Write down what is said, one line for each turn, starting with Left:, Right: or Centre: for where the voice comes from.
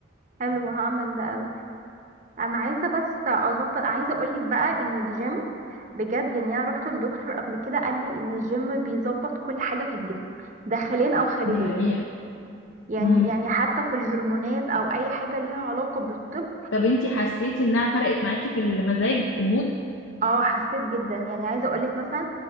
Right: حلو هعمل ده قوي انا عايزه بس اظبط عايزه اقولك بقى ان الجيم بجد يعني انا رحت للدكتور قبل كده قال لي ان الجيم بيظبط كل حاجه في الجسم داخليا او خارجيا
Left: دي حقيقة
Right: يعني
Left: امم
Right: يعني حتى في الهرمونات او اي حاجه ليها علاقه بالطب
Left: طب انت حسيتي انها فرقت معاكي في المزاج في المود
Right: اه حسيت جدا يعني عايزه اقولك مثلا